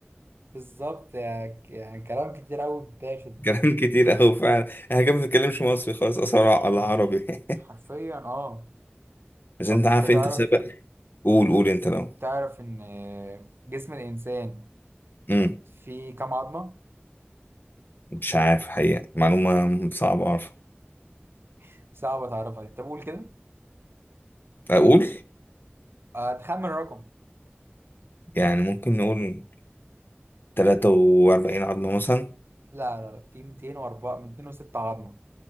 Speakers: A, on the right (about 65°); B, on the left (about 55°).
A: بالظبط يعني يعني كلام كتير قوي بيتاخد
B: كلام كتير قوي فعلا احنا كده ما بنتكلمش مصري خالص اصلا على العربي
A: حرفيا
B: <laughs>
A: اه
B: بس
A: طب
B: انت عارف
A: انت تعرف
B: انت سبق قول قول انت لو
A: تعرف ان جسم الانسان
B: امم
A: فيه كام عظمة
B: مش عارف حقيقة معلومة صعبة اعرف
A: <laughs> صعب تعرفها دي طب قول كده
B: اقول
A: آه، تخمن الرقم
B: يعني ممكن نقول 43 عظمة مثلا
A: لا لا لا في 204 206 عظمة